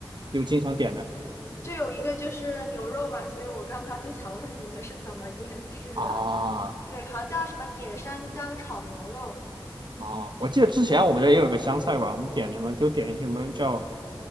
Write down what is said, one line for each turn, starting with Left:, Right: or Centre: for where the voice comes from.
Right: 有经常点的
Left: 就有一个就是牛肉嘛，所以我刚刚就想问你们是怎么腌制的？
Right: 啊
Left: 对，好像叫什么野山椒炒牛肉。
Right: 啊！我记得之前我们这儿也有个湘菜馆，我们点什么就点什么叫什